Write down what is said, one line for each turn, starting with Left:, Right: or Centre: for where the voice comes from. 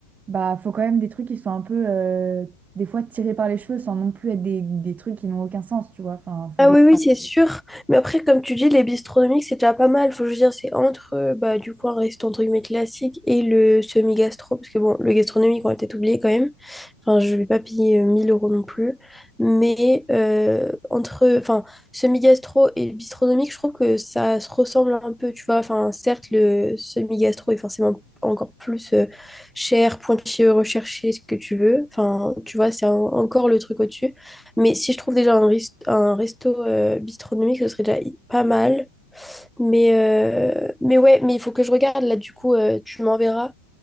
Right: Bah, faut quand même des trucs qui sont un peu, euh, des fois, tirés par les cheveux sans non plus être des, des trucs qui n'ont aucun sens, tu vois. Enfin, faut...
Centre: Ah oui, oui, c'est sûr. Mais après, comme tu dis, les bistronomiques, c'est déjà pas mal. Faut que je veux dire, c'est entre, euh, bah, du coup, un restaurant entre guillemets classique et le semi-gastro. Parce que bon, le gastronomique, on va peut-être oublier quand même. Enfin, je vais pas payer euh, 1000 euros non plus. Mais euh, entre, enfin, semi-gastro et bistronomique, je trouve que ça se ressemble un peu, tu vois. Enfin, certes, le semi-gastro est forcément encore plus euh, cher, pointilleux, recherché, ce que tu veux. Enfin, tu vois, c'est un- encore le truc au-dessus. Mais si je trouve déjà un, rest- un resto euh, gastronomique, ce serait déjà hi- pas mal. Mais, euh, mais ouais, mais il faut que je regarde là, du coup, euh, tu m'enverras.